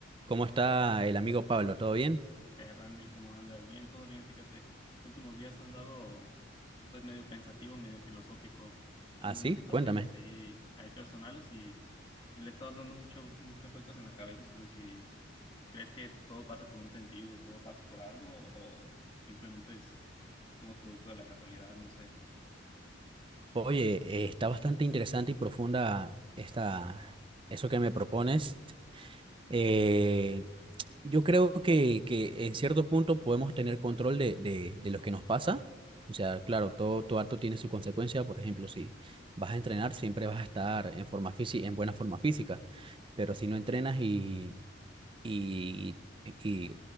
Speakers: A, on the right (about 25°); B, on the left (about 25°).
A: ¿Cómo está el amigo Pablo? ¿Todo bien?
B: ¿Qué hay, Randy? ¿Cómo andas? Bien, todo bien, fíjate. Últimos días han dado, pues, medio pensativo, medio filosófico. Tuve
A: ¿Ah, sí?
B: unas situaciones
A: Cuéntame.
B: ahí, ahí personales y, y le he estado dando mucho, muchas vueltas en la cabeza sobre si, si crees que todo pasa por un sentido, todo pasa por algo o simplemente es- somos producto de la casualidad, no sé.
A: Oye, eh, está bastante interesante y profunda esta, eso que me propones. Eh, yo creo que, que en cierto punto podemos tener control de, de, de lo que nos pasa. O sea, claro, todo, todo acto tiene su consecuencia. Por ejemplo, si vas a entrenar, siempre vas a estar en forma física, en buena forma física. Pero si no entrenas y y, y